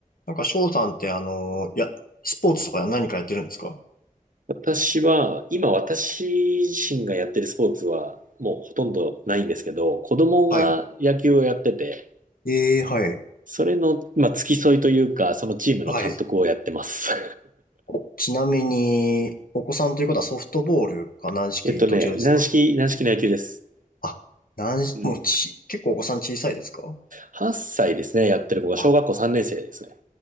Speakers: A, on the left; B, on the right.
A: なんか、翔さんって、あの、いや、スポーツとか何かやってるんですか
B: 私は、今私自身がやってるスポーツはもうほとんどないんですけど、子供が野球をやってて、
A: はい。ええ、はい。
B: それの、まあ、付き添いというか、そのチームの監督をやってます。
A: はい。おちなみに、お子さんということはソフトボールか軟式、
B: <laughs> えっとね、
A: どちらですか
B: 軟式、軟式の野球です。
A: あ、軟式、
B: うん。
A: もうち、結構お子さん小さいですか
B: 8歳ですね、やってる子が小学校3年生ですね。
A: あ、